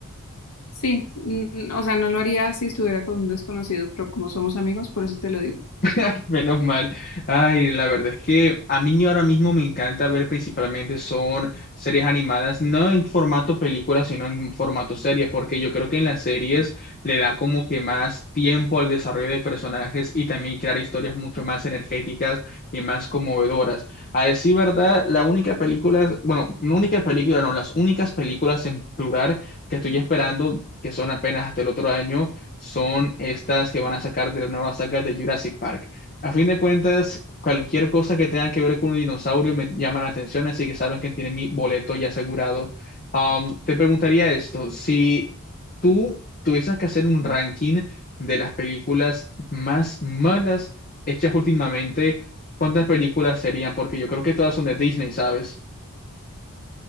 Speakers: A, on the left (about 80°); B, on the left (about 40°).
A: Sí, mm, o sea, no lo haría si estuviera con un desconocido, pero como somos amigos, por eso te lo digo.
B: <laughs> Menos mal. Ay, la verdad es que a mí ahora mismo me encanta ver principalmente son series animadas, no en formato película, sino en formato serie, porque yo creo que en las series le da como que más tiempo al desarrollo de personajes y también crear historias mucho más energéticas y más conmovedoras. A decir verdad, la única película, bueno, no única película, no, las únicas películas en plural que estoy esperando, que son apenas hasta el otro año son estas que van a sacar de la nueva saga de Jurassic Park. A fin de cuentas, cualquier cosa que tenga que ver con un dinosaurio me llama la atención, así que saben que tienen mi boleto ya asegurado. Am, te preguntaría esto, si tú tuvieses que hacer un ranking de las películas más malas hechas últimamente, ¿cuántas películas serían? Porque yo creo que todas son de Disney, ¿sabes?